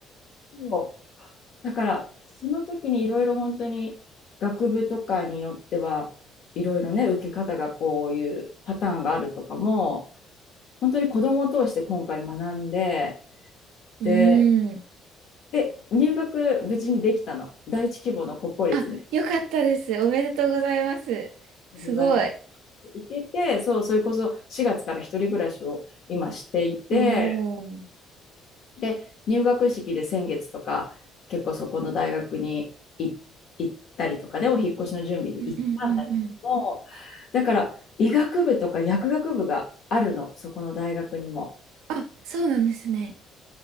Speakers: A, on the left (about 65°); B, on the right (about 80°).
A: そう。だから、その時にいろいろ本当に学部とかによっては、いろいろね、受け方がこういうパターンがあるとかも、本当に子供を通して今回学んで、
B: う
A: で、
B: ん。
A: で、入学無事にできたの。第一希望の国公立に。
B: あ、よかったです。おめでとうございます。すごい。
A: ございます。行けて、そう、それこそ4月から一人暮らしを今していて、
B: おお。うん
A: で、入学式で先月とか、結構そこの大学に行ったりとかで、お引っ越しの準備で行ったんだけれども、
B: うんうんうん。
A: だから医学部とか薬学部があるの、そこの大学にも。
B: あ、そうなんですね。